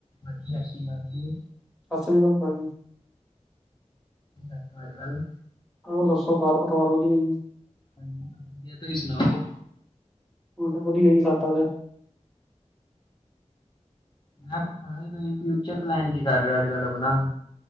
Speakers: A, on the left; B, in the centre.
A: ਹਾਂਜੀ ਸਾਸਰੀ ਕਾਲ ਜੀ।
B: ਸਾਸਰੀ ਕਾਲ ਪਾਜੀ।
A: ਅੱਜਕਲ
B: ਹੋਰ ਦੱਸੋ ਕਰ ਪਰਿਵਾਰ ਵਧੀਆ ਜੀ।
A: ਵਧੀਆ, ਤੁਸੀਂ ਸੁਣਾਓ।
B: ਹੋਰ ਤਾਂ ਵਧੀਆ ਜੀ <unintelligible>
A: ਮੈਂ ਪੁੱਛਣਾ ਸੀ ਤੁਸੀਂ ਫਿਊਚਰ ਪਲੈਨ ਕੀ ਕਰ ਰਹੇ ਹੋ ਅੱਜਕਲ ਆਪਣਾ?